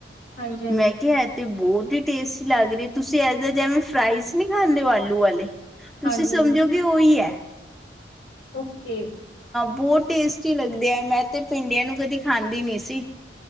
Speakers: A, on the left; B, in the centre.
A: ਹਾਂਜੀ ਹਾਂਜੀ
B: ਮੈਂ ਕਿਹਾ ਇਹ ਤੇ ਬਹੁਤ ਕਿ ਟੇਸਟੀ ਲੱਗ ਰਹੀ ਤੁਸੀਂ ਐ ਜਿਵੇਂ ਫਰਾਈਜ਼ ਨਹੀਂ ਖਾਂਦੇ ਹੋ ਆਲੂ ਵਾਲੇ ਤੁਸੀਂ
A: ਹਾਂਜੀ
B: ਸਮਝੋਗੇ ਉਹੀ ਹੈ
A: ਓਕੇੇ
B: ਬਹੁਤ ਟੇਸਟੀ ਲੱਗਦੇ ਆ ਮੈਂ ਤੇ ਭਿੰਡੀਆਂ ਨੂੰ ਕਦੀ ਖਾਂਦੀ ਨੀ ਸੀ।